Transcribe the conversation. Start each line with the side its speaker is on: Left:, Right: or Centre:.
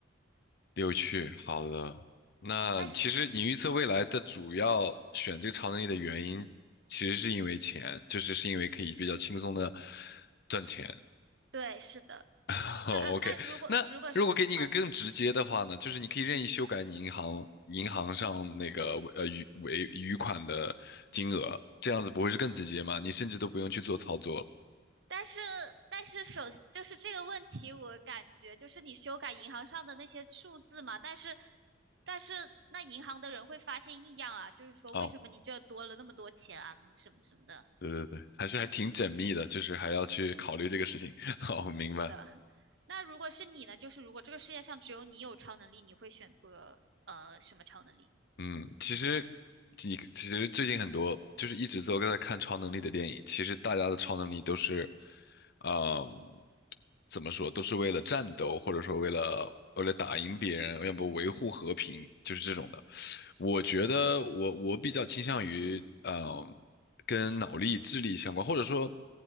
Left: 有趣，好的。那其实你预测未来的主要选这个超能力的原因，
Right: 但是
Left: 其实是因为钱，就是是因为可以比较轻松的赚钱。
Right: 对，是的。
Left: <laughs> 哦，OK。
Right: 那那如果如果是啊，
Left: 那如果给你一个更直接的话呢，
Right: 你先说。
Left: 就是你可以任意修改你银行银行上那个呃余尾余款的金额，这样子不会是更直接吗？你甚至都不用去做操作了。
Right: 但是但是首就是这个问题，我感觉就是你修改银行上的那些数字嘛，但是但是那银行的人会发现异样啊，就是说为什么你这多了那么多钱啊，
Left: 哦，
Right: 什么什么的。
Left: 对对对，还是还挺缜密的，就是还要去考虑这个事情。<laughs> 哦，明白。
Right: 是的，<laughs> 那如果是你呢？就是如果这个世界上只有你有超能力，你会选择呃什么超能力？
Left: 嗯，其实你其实最近很多就是一直都在看超能力的电影，其实大家的超能力都是，呃，怎么说，都是为了战斗，或者说为了为了打赢别人，要不维护和平，就是这种的。我觉得我我比较倾向于，呃，跟脑力、智力相关，或者说，